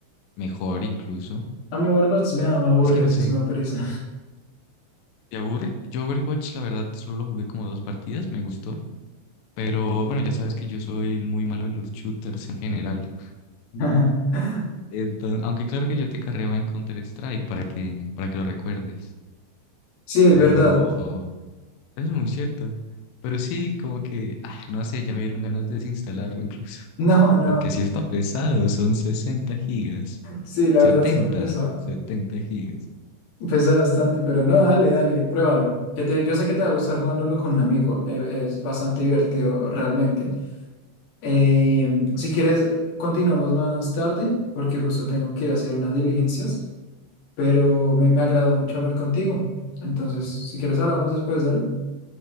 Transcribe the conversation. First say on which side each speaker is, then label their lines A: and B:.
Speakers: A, on the left; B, on the left.
A: mejor incluso.
B: A mí Overwatch me da, me aburre,
A: Es que no
B: eso
A: Mm. sé,
B: sí me pereza.
A: te aburre. Yo Overwatch, la verdad, solo jugué como dos partidas, me gustó. Pero bueno, ya sabes que yo soy muy malo en los shooters en general.
B: <laughs>
A: Entonces, aunque claro que yo te carreaba en Counter-Strike para que, para que lo recuerdes.
B: Sí, es
A: Pero
B: verdad. <laughs>
A: eso es muy cierto. Pero sí, como que, ah, no sé, ya me dieron ganas de desinstalarlo incluso.
B: No,
A: <laughs>
B: no.
A: Porque sí está pesado, son 60 gigas.
B: Sí, la
A: setenta,
B: verdad siempre pesa,
A: setenta gigas.
B: pesa bastante, pero no, dale, dale, pruébalo. Que te, yo sé que te va a gustar jugándolo con un amigo. e- Es, bastante divertido realmente. Eh, si quieres, continuamos más tarde, porque justo tengo que ir a hacer unas diligencias. pero me, me agradó mucho hablar contigo. Entonces, si quieres hablamos después, dale.